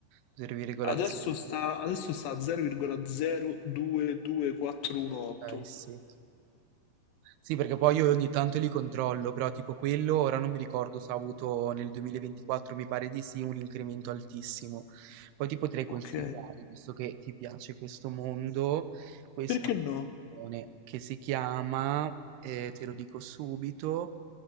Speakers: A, on the right (about 85°); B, on the left (about 75°).
A: 0,0.
B: Adesso sta, adesso sta a 0,022418.
A: Okay, sì. Sì, perché poi io ogni tanto li controllo, però tipo quello ora non mi ricordo se ha avuto nel 2024, mi pare di sì, un incremento altissimo. Poi ti potrei consigliare,
B: Ok.
A: visto che ti piace questo mondo, questa
B: Perché
A: applicazione
B: no?
A: che si chiama, eh, te lo dico subito,